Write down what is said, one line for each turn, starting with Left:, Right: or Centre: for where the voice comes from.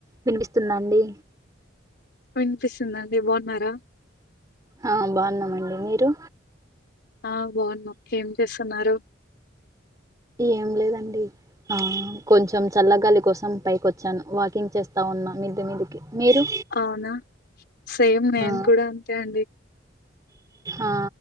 Right: వినిపిస్తుందా అండి
Left: వినిపిస్తుందండి బాగున్నారా
Right: ఆ బాగున్నామండి మీరు
Left: ఆ బాగున్నాం ఏం చేస్తున్నారు
Right: ఏం లేదండి ఆ కొంచెం చల్లగాలి కోసం పైకి వచ్చాను వాకింగ్ చేస్తా ఉన్నా మిద్ది మీదికి మీరు
Left: అవునా సేమ్ నేను
Right: ఆ
Left: కూడా అంతే అండి
Right: ఆ